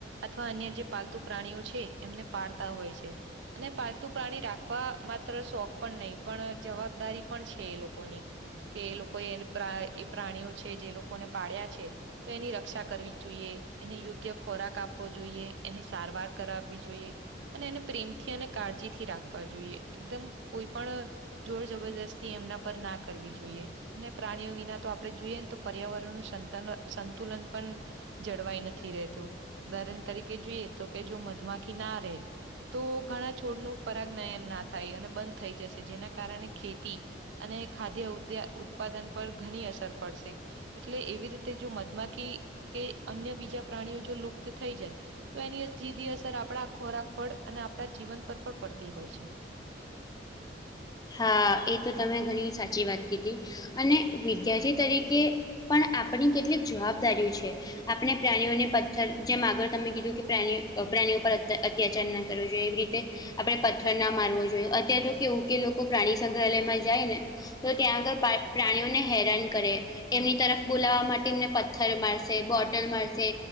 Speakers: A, on the right; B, on the left.
A: અથવા અન્ય જે પાલતુ પ્રાણીઓ છે એમને પાળતા હોય છે. અને પાલતુ પ્રાણી રાખવા માત્ર શોખ પણ નહીં પણ જવાબ જવાબદારી પણ છે એ લોકોની. કે એ લોકો એને પ્રા એ પ્રાણીઓ છે. જે લોકોને પાડ્યા છે. તો એની રક્ષા કરવી જોઈએ. એને યોગ્ય ખોરાક આપવો જોઈએ. એની સારવાર કરાવવી જોઈએ. અને એને પ્રેમથી અને કાળજીથી રાખવા જોઈએ. એકદમ કોઈ પણ જોર જબરદસ્તી એમના પર ના કરવી જોઈએ. અને પ્રાણીઓ વિના તો આપણે જોઈએ ને તો પર્યાવરણ નુ સંત સંતુલન પણ જળવાઈ નથી રહેતું ઉદાહરણ તરીકે જોઈએ તો કે જો મધમાખી ના રહે તો ઘણા છોડનું પરાગ નયન ના થાય અને બંધ થઈ જશે જેના કારણે ખેતી અને ખાદ્ય ઉ ઉત્પાદન પર ઘણી અસર પડશે. એટલે એવી રીતે જો મધમાખી કે અન્ય બીજા પ્રાણીઓ જો લુપ્ત થઈ જાય તો એની સીધી અસર આપણા ખોરાક પર અને આપણા જીવન પર પણ પડતી હોય છે.
B: હા એ તો તમે ઘણી સાચી વાત કીધી અને વિદ્યાર્થી તરીકે પણ આપણી કેટલીક જવાબદારીઓ છે. આપણે પ્રાણીઓને પથ્થર જેમ આગળ તમે કીધું કે પ્રાણીઓ પ્રાણીઓ પર અત્યાચાર ના કરવો જોઈએ. એવી રીતે આપણેે પથ્થર ના મારવો જોઈએ. અત્યારે તો કેવું કે લોકો પ્રાણી સંગ્રહાલયમાં જાય ને તો ત્યાં આગળ પ્રા પ્રાણીઓને હેરાન કરે એમની તરફ બોલાવવા માટે એમને પથ્થર મારશે બોટલ મારશે.